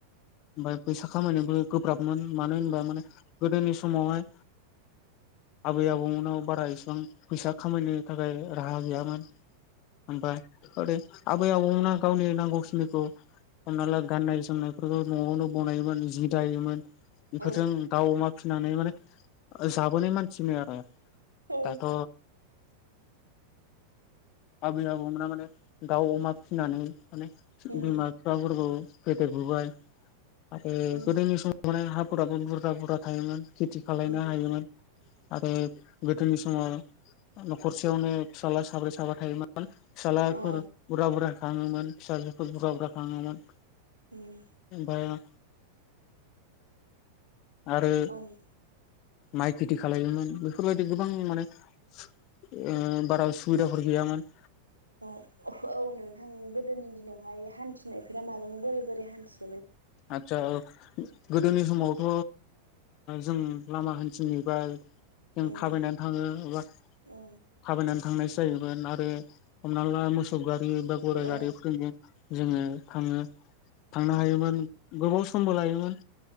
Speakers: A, on the left; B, on the right.
A: ओमफ्राय फैसा खामायनोबो गोब्राबमोन मानो होनबा माने गोदोनि समावहाय आबै आबौमोननाव बारा इसिबां फैसा खामायनो थाखाय राहा गैयामोन ओमफ्राय ओरै आबै आबौमोना गावनि नांगौखिनिखौ हमना ला गाननाय जोमनायफोरखौ न'आवनो बनायोमोन जि दायोमोन बेफोरजों
B: औ
A: दाउ अमा फिसिनानै माने जाबोनाय मानसिमोन आरो
B: औ
A: दाथ' आबै आबौमोना माने दाउ अमा फिसिनानै माने
B: उम
A: बिमा बिफाफोरखौ फेदेरबोबाय आरो
B: उम
A: गोदोनि समाव माने हाफोराबो बुरजा बुरजा थायोमोन खेथि खाायनो
B: उम
A: हायोमोन आरो गोदोनि समाव न'खरसेयावनो फिसाज्ला साब्रै साबा थायोमोन फिसाज्लाफोर
B: औ
A: बुरजा बुरजा खाङोमोन फिसाजोफोर बुरजा बुरजा खाङोमोन
B: उम
A: बाया आरो
B: औ
A: माइ खेथि खाोमोन बेफोरबायदि गोबां माने ओ बारा सुबुबिदाफोर गैयामोन
B: अ औ नोंथां गोदोनि दिनावहाय हान्थिनायफोरा माजों बोरै बोरै हान्थि
A: आतसा गोदोनि समावथ' जों लामा हान्थिनाय बा जों
B: ओम
A: थाबायनानै थाङो एबा
B: औ
A: थाबायनानै थांनाय जायोमोन आरो हमना ला मोसौ गारि बा गराइ
B: औ
A: गारिफोरजोंजों जोङो थाङो थांनो हायोमोन गोबाव समबो लायोमोन